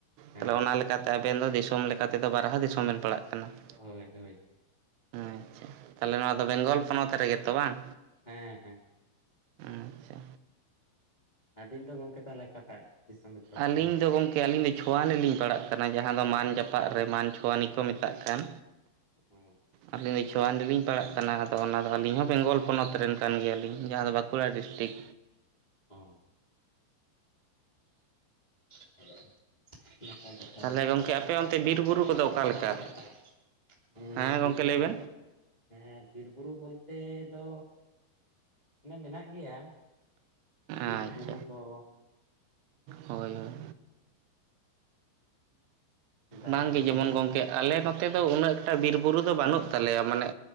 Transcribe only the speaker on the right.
ᱛᱟᱦᱚᱞᱮ ᱚᱱᱟ ᱞᱮᱠᱟᱛᱮ ᱟᱵᱮᱱ ᱫᱚ ᱫᱤᱥᱚᱢ ᱞᱮᱠᱟᱛᱮᱫᱚ ᱵᱟᱨᱦᱟ ᱫᱤᱥᱚᱢ ᱵᱮᱱ ᱯᱟᱲᱟᱜ ᱠᱟᱱᱟ ᱾
ᱟᱪᱪᱷᱟ, ᱛᱟᱦᱚᱞᱮ ᱱᱚᱣᱟ ᱫᱚ ᱵᱮᱝᱜᱚᱞ ᱯᱚᱱᱚᱛ ᱨᱮᱜᱮ ᱛᱚ ᱵᱟᱝ?
ᱟᱪᱪᱷᱟ
ᱟᱹᱞᱤᱧ
ᱫᱚ ᱜᱚᱝᱠᱮ ᱟᱹᱞᱤᱧ ᱫᱚ ᱪᱷᱳᱣᱟᱱᱤ ᱞᱤᱧ ᱯᱟᱲᱟᱜ ᱠᱟᱱᱟ, ᱡᱟᱦᱟᱸ ᱫᱚ ᱢᱟᱱ ᱡᱟᱯᱟᱜ ᱨᱮ ᱢᱟᱱ ᱪᱷᱳᱣᱟᱱᱤ ᱠᱚ ᱢᱮᱛᱟᱜ ᱠᱟᱱ,
ᱟᱞᱤᱧ ᱪᱷᱳᱣᱟᱱ ᱨᱮᱞᱤᱧ ᱯᱟᱲᱟᱜ ᱠᱟᱱᱟ, ᱟᱫᱚ ᱚᱱᱟᱫᱚ ᱟᱹᱞᱤᱧ ᱦᱚᱸ ᱵᱮᱝᱜᱚᱞ ᱯᱚᱱᱚᱛ ᱨᱮᱱ ᱠᱟᱱ ᱜᱮᱭᱟᱞᱤᱧ, ᱡᱟᱦᱟᱸ ᱫᱚ ᱵᱟᱸᱠᱩᱲᱟ ᱰᱤᱥᱴᱤᱠ
ᱛᱟᱦᱚᱞᱮ ᱜᱚᱢᱠᱮ ᱟᱯᱮ ᱚᱱᱛᱮ ᱵᱤᱨᱼᱵᱩᱨᱩ ᱠᱚᱫᱚ ᱚᱠᱟᱞᱮᱠᱟ
ᱦᱮᱸ
ᱜᱚᱢᱠᱮ
ᱞᱟᱹᱭ ᱵᱮᱱ
ᱟᱪᱪᱷᱟ
ᱦᱳᱭ ᱦᱳᱭ,
ᱵᱟᱝ
ᱜᱮ ᱡᱮᱢᱚᱱ ᱜᱚᱝᱠᱮ ᱟᱞᱮ ᱱᱚᱛᱮ ᱫᱚ ᱩᱱᱟᱹᱜ ᱮᱴᱟ ᱵᱤᱨᱼᱵᱩᱨᱩ ᱫᱚ ᱵᱟᱹᱱᱩᱜ ᱛᱟᱞᱮᱭᱟ, ᱢᱟᱱᱮ